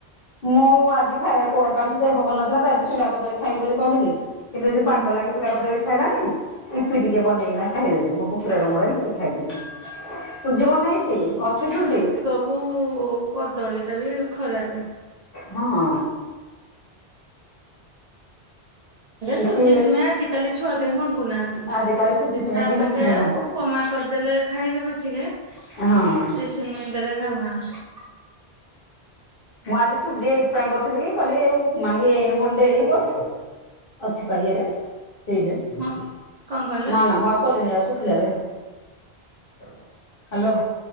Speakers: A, on the left; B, on the right.
A: ମୁଁ ଆଜି ଖାଇଆକୁ କାଲିଠୁ ଦେହ ଭଲ ନଥିଲା ତ ଆଜି ଚୁଡ଼ା କଦଳୀ ଖାଇବି ବୋଲି କହିଲି କିନ୍ତୁ ଆଜି
B: ହୁଁ
A: ପାଗ ଲାଗିଛି। ଚୁଡ଼ା କଦଳୀ ଇଚ୍ଛା ହେଲାଣି। ଇପି ଟିକେ ବନେଇକିନା ଖାଇଦେଲୁ ମୋ ପୁତୁରାର ମୋର ଇପି ଖାଇଦେଲୁ। ସୁଜି ବନେଇଛି ଅଛି ସୁଜି
B: କୁ କଦଳୀ ଟା ବି ଖରାପ।
A: ହଁ।
B: ସୂଜି
A: ଇପି
B: ସିମେଇ ଆଜିିକାଲି ଛୁଆ କେହି ମଙ୍ଗୁନାହାନ୍ତି।
A: ଆଜିକାଲି
B: ତା
A: ସୁଜି ସିମେଇ କେହି
B: ଅପେକ୍ଷା
A: ମଙ୍ଗୁନାହାନ୍ତି
B: ଉପମା କରିଦେଲେ ଖାଇବେ ପଛିକା
A: ହଁ।
B: ସିମେଇ ଦେଲେ ଖାଉନାହାନ୍ତି।
A: ମୁଁ ଆଜି ସୁଜି ଏଇଥିପାଇଁ କରିଥିଲି କି କହିଲି ଆଉ ମ୍ୟାଗି ଏଇ ନ ଫୁଣି ଡେରିରେ ବସିବ। ଅଛି ପା ଇଏ ରେ ଫ୍ରୀଜରେ
B: ମ କଣ କହିଲ
A: ନା ନା ମୁଁ ଆଉ। କଲେରା ଶୁଖିଲା ରେ ହ୍ୟାଲୋ।